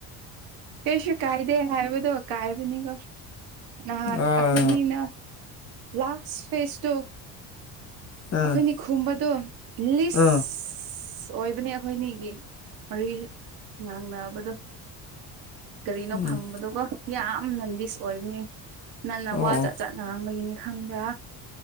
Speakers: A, on the right; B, on the left.
A: ꯀꯩꯁꯨ ꯀꯥꯏꯗꯦ ꯍꯥꯏꯕꯗꯣ ꯀꯥꯏꯕꯅꯤꯀꯣ ꯅꯍꯥꯟ
B: ꯑꯥ
A: ꯑꯩꯈꯣꯏꯅꯤꯅ ꯂꯥꯁ ꯐꯦꯁꯇꯣ
B: ꯑꯥ
A: ꯑꯩꯈꯣꯏꯅꯤ ꯈꯨꯝꯕꯗꯣ ꯂꯤꯁ
B: ꯑꯥ
A: ꯑꯣꯏꯕꯅꯦ ꯑꯩꯈꯣꯏꯅꯤꯒꯤ ꯃꯔꯤ ꯉꯥꯡꯅꯕꯗꯣ ꯀꯔꯤꯅꯣ
B: ꯎꯝ
A: ꯐꯪꯕꯗꯒꯣ ꯌꯥꯝꯅ ꯂꯤꯁ ꯑꯣꯏꯕꯅꯤ ꯅꯪꯟꯅ
B: ꯑꯣ
A: ꯋꯥ
B: ꯑꯣ
A: ꯖꯥꯠ ꯖꯥꯠ ꯉꯥꯡꯕꯒꯤꯅꯤ ꯈꯪꯕ꯭ꯔꯥ